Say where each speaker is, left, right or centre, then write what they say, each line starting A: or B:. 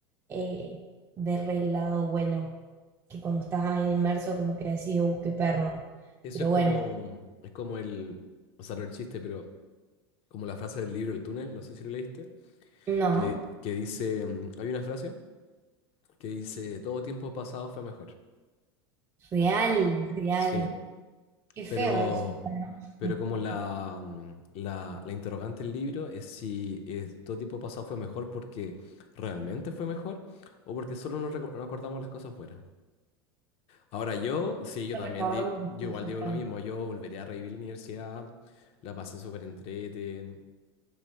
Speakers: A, on the right; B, on the left.
A: eh, ver el lado bueno, que cuando estás ahí inmerso como que decís, uh, qué perno.
B: Eso
A: Pero
B: es como,
A: bueno,
B: es como el, o sea, no el chiste, pero como la frase del libro El túnel, no sé si lo leíste,
A: no,
B: que, que dice, mm, hay una frase que dice, todo tiempo pasado fue mejor.
A: real, real.
B: Sí,
A: Qué feo
B: pero,
A: eso. hermano.
B: pero
A: <laughs>
B: como la, mm, la, la interrogante del libro es si es, todo tiempo pasado fue mejor porque realmente fue mejor o porque solo nos, recu- nos acordamos las cosas fuera. Ahora yo, sí, yo también,
A: Recordamos
B: di-
A: las
B: yo
A: cosas
B: igual digo
A: buenas.
B: lo mismo, yo volvería a revivir la universidad, la pasé súper entrete.